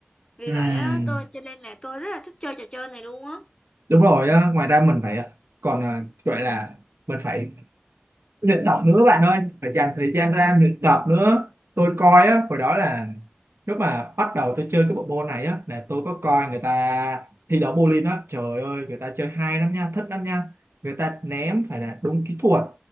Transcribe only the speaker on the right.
Ừm.
đúng rồi á ngoài ra mình phải ờ, còn ờ, gọi là mình phải luyện tập nữa bạn ơi phải dành thời gian ra luyện tập nữa tôi coi á hồi đó là lúc mà bắt đầu tôi chơi cái bộ môn này á là tôi có coi người ta thi đấu bowling á trời ơi người ta chơi hay lắm nha thích lắm nha người ta ném phải là đúng kỹ thuật